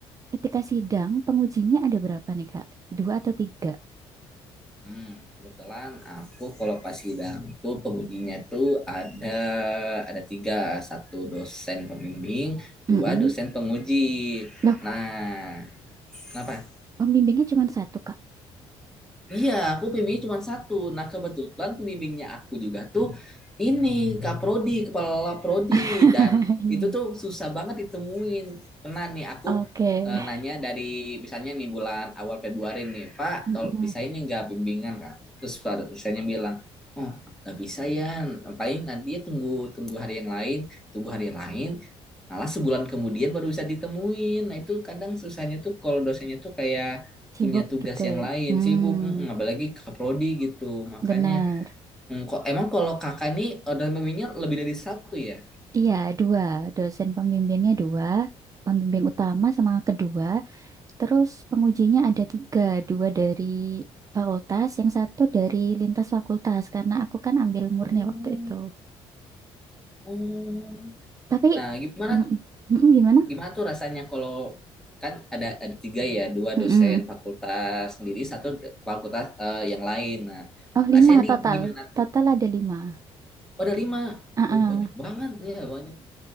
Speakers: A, on the right; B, in the centre.
A: ketika sidang pengujinya ada berapa nih Kak? Dua atau tiga?
B: Hmm, kebetulan aku kalau pas sidang tuh pengujinya tuh ada ada tiga, satu dosen pembimbing, dua
A: Mm-mm.
B: dosen penguji.
A: Loh,
B: Nah, kenapa?
A: pembimbingnya cuma satu Kak.
B: Iya, aku pembimbing cuma satu. Nah, kebetulan pembimbingnya aku juga tuh ini Kak Prodi, kepala Prodi
A: <laughs>
B: dan itu tuh
A: Iya.
B: susah banget ditemuin. Pernah nih aku
A: Oke.
B: eh, nanya dari misalnya nih bulan awal Februari nih, Pak,
A: Mm-mm.
B: tol bisa ini nggak bimbingan Kak? Terus pada- misalnya bilang, oh nggak bisa ya, paling nanti ya tunggu tunggu hari yang lain, tunggu hari yang lain. Malah sebulan kemudian baru bisa ditemuin. Nah itu kadang susahnya tuh kalau dosennya tuh kayak
A: Sibuk
B: punya tugas
A: gitu
B: yang
A: ya.
B: lain
A: Hmm,
B: sibuk mm, apalagi kakak prodi gitu makanya
A: benar.
B: mm, kok emang kalau kakak ini order meminya lebih dari satu ya
A: Iya, dua. Dosen pembimbingnya dua. Pembimbing utama sama kedua. Terus pengujinya ada tiga. Dua dari fakultas, yang satu dari lintas fakultas. Karena aku kan ambil murni
B: Hmm,
A: waktu itu.
B: hmm.
A: Tapi,
B: Nah, gimana
A: mm, mm, mm, gimana?
B: gimana tuh rasanya kalau kan ada ada tiga ya, dua
A: Mm-mm.
B: dosen fakultas sendiri, satu d- fakultas eh, yang lain. Nah,
A: Oh,
B: rasanya
A: lima
B: di
A: total.
B: gimana tuh?
A: Total ada lima.
B: Oh, ada lima.
A: Ah,
B: Uh,
A: ah.
B: banyak banget ya, banyak.